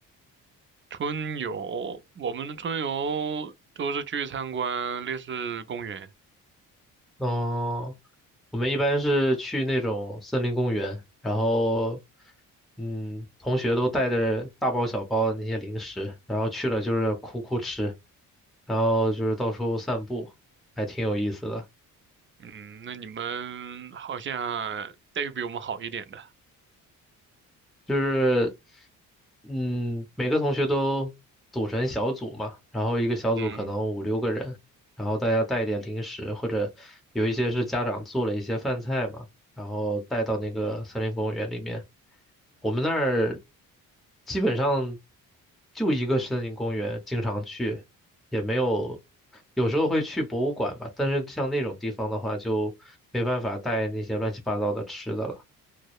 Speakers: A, on the right (about 35°); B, in the centre.
A: 春游，我们的春游都是去参观烈士公园，
B: 嗯，我们一般是去那种森林公园，然后嗯，同学都带着大包小包的那些零食，然后去了就是哭哭吃，然后就是到处散步，还挺有意思的。
A: 嗯，那你们好像待遇比我们好一点的。
B: 就是，嗯，每个同学都组成小组嘛，然后一个小组可能五六个人，
A: 嗯，
B: 然后大家带一点零食，或者有一些是家长做了一些饭菜嘛，然后带到那个森林公园里面。我们那儿基本上就一个森林公园，经常去，也没有，有时候会去博物馆吧，但是像那种地方的话，就没办法带那些乱七八糟的吃的了。